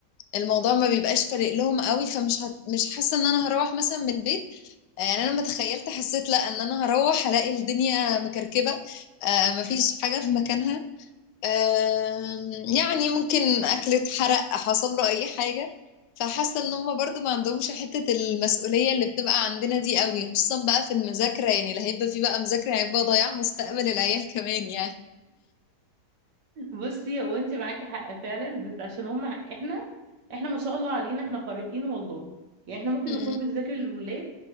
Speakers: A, on the left (about 80°); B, on the right (about 80°).
A: الموضوع ما بيبقاش فارق لهم قوي فمش هت مش حاسة ان انا هروح مثلا من البيت آه، يعني انا لما تخيلت حسيت لا ان انا هروح هلاقي الدنيا مكركبة آه، مفيش حاجة في مكانها آم، يعني ممكن أكل اتحرق حصل له أي حاجة فحاسة إن هما برضو ما عندهمش حتة المسؤولية اللي بتبقى عندنا دي قوي خصوصا بقى في المذاكرة يعني اللي هيبقى فيه بقى مذاكرة هيبقى ضياع مستقبل العيال كمان يعني
B: بصي هو انت معاكي حق فعلا بس عشان هم احنا احنا ما شاء الله علينا احنا خارقين والله يعني احنا ممكن
A: مم.
B: نكون بنذاكر للولاد